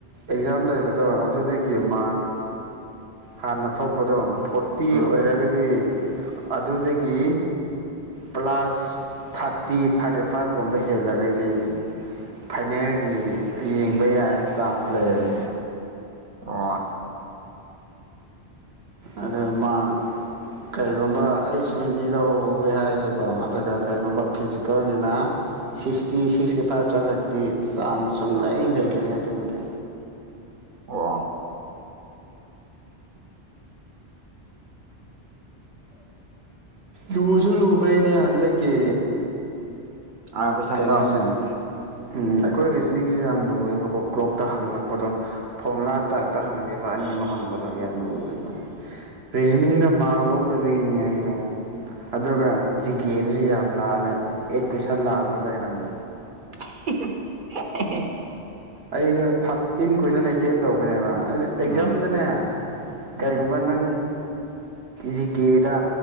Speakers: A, on the right; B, on the right.
A: ꯑꯦꯛꯖꯥꯝ ꯂꯩꯕꯗꯣ ꯑꯗꯨꯗꯒꯤ ꯃꯥꯔꯛ ꯍꯥꯟꯅ ꯊꯣꯛꯄꯗꯣ ꯐꯣꯔꯇꯤ
B: ꯎꯝ
A: ꯑꯣꯏꯔꯒꯗꯤ ꯑꯗꯨꯗꯒꯤ ꯄ꯭ꯂꯥꯁ ꯊꯥꯔꯇꯤ ꯊꯥꯔꯇꯤ ꯐꯥꯏꯚꯒꯨꯝꯕ ꯍꯦꯜꯂꯒꯗꯤ ꯐꯥꯏꯅꯦꯜꯒꯤ ꯌꯦꯡꯕ ꯌꯥꯏ ꯆꯥꯟꯁ ꯂꯩꯔꯦ
B: ꯑꯣ
A: ꯑꯗꯨ ꯃꯥ ꯀꯔꯤꯒꯨꯝꯕ ꯑꯩꯠ ꯁꯚꯦꯟꯇꯤ ꯂꯧꯋꯦ ꯍꯥꯏꯔꯁꯦ ꯀꯣ ꯑꯗꯨꯒ ꯀꯩꯒꯨꯝꯕ
B: ꯎꯝ
A: ꯐꯤꯖꯤꯀꯦꯜ ꯑꯗꯨꯅ ꯁꯤꯛꯁꯇꯤ ꯁꯤꯛꯁꯇꯤ ꯐꯥꯏꯚ ꯆꯠꯂꯒꯗꯤ ꯆꯥꯟꯁ ꯁꯨꯡꯂꯩ ꯂꯩꯇ꯭ꯔꯦ ꯑꯗꯨꯕꯨꯗꯤ
B: ꯑꯣ
A: ꯂꯨꯁꯨ ꯂꯨꯕꯩꯅꯦ ꯍꯟꯗꯛꯀꯤ
B: ꯑꯥ ꯀꯣꯏꯁꯟꯗꯣ
A: ꯀꯩꯅꯣꯁꯦ ꯎꯝ ꯑꯩꯈꯣꯏ ꯔꯤꯖꯅꯤꯡꯁꯨ ꯌꯥꯝ ꯂꯨꯑꯦꯕꯀꯣ ꯀ꯭ꯂꯣꯛꯇ ꯍꯪꯂꯛꯄꯗꯣ ꯐꯣꯔꯃꯨꯂꯥ ꯇꯥꯏꯞꯇ ꯍꯪꯉꯦꯕ ꯑꯅꯤ ꯑꯃ ꯍꯪꯕꯗꯣ ꯌꯥꯔ ꯑꯣꯏꯅ ꯔꯤꯖꯅꯤꯡꯗ ꯃꯥꯔꯛ ꯂꯧ ꯑꯗꯨꯕꯒꯤꯅꯤ ꯑꯩꯗꯣ ꯑꯗꯨꯒ ꯖꯤ ꯀꯦꯗꯨꯁꯨ ꯌꯥꯝ ꯂꯥꯜꯂꯦ ꯑꯦꯠ ꯀꯨꯏꯁꯟ ꯂꯥꯜꯂ ꯂꯩꯔꯝꯃꯦ
B: <unintelligible>
A: ꯑꯩꯗꯣ ꯊꯥꯔꯇꯤꯟ ꯀꯣꯏꯁꯟ ꯑꯦꯇꯦꯝ ꯇꯧꯕꯅꯦꯕ ꯑꯩꯅ ꯑꯦꯛꯖꯥꯝꯗꯅꯦ
B: ꯎꯝ ꯎꯝ
A: ꯀꯔꯤꯒꯨꯝꯕ ꯅꯪ ꯖꯤꯀꯦꯗ